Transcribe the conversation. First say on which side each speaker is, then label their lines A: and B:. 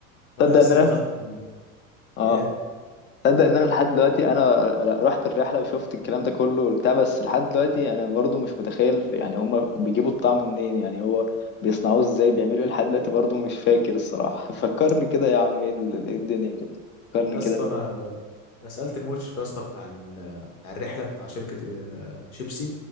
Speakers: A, on the left; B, on the left.
A: فانا
B: تصدق
A: يا اسطى
B: ان انا
A: دخلت ال-
B: اه
A: ايه
B: تصدق ان انا لحد دلوقتي انا لا، رحت الرحله وشفت الكلام ده كله وبتاع بس لحد دلوقتي انا برضو مش متخيل يعني هما بيجيبوا الطعم منين يعني هو بيصنعوه ازاي بيعملوا ايه لحد دلوقتي برضو مش فاكر الصراحه <laughs> فكرني كده يا عم ايه ال- إيه الدنيا كده فكرني
A: يا
B: كده
A: اسطى انا انا سالت المشرف يا اسطى بتاع ال... بتاع الرحله بتاع شركه آه، شيبسي